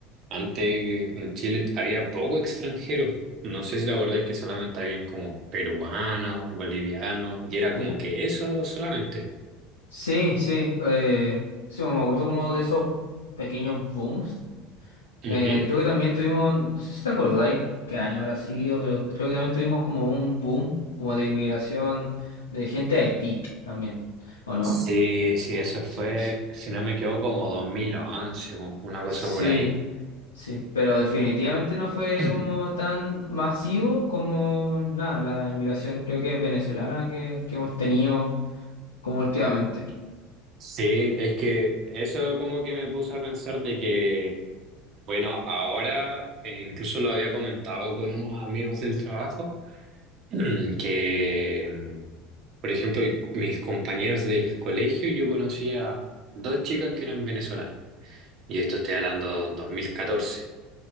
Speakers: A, on the right; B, on the left.
A: antes en Chile había poco extranjero. No sé si te acordás que solamente habían como peruanos, bolivianos, y era
B: Sí,
A: como que eso solamente.
B: sí, sí, eh, sí, me acuerdo como de esos pequeños booms. Eh,
A: Ujú.
B: creo que también tuvimos, no sé si te acordáis qué año habrá sido, pero creo que también tuvimos como un boom como de inmigración de gente de Haití también, ¿o no?
A: Sí, sí, eso
B: Sí,
A: fue,
B: sí,
A: si no me equivoco, como 2011, o una cosa
B: sí,
A: por ahí.
B: sí, pero definitivamente no fue
A: <clears throat>
B: como tan masivo como nada, la inmigración creo que venezolana que, que hemos tenido como últimamente.
A: Sí, es que eso como que me puse a pensar de que, bueno, ahora eh, incluso lo había comentado con unos amigos del trabajo, <clears throat> que, mm, por ejemplo, y- mis compañeros del colegio, yo conocía dos chicas que eran venezolanas, y esto estoy hablando de 2014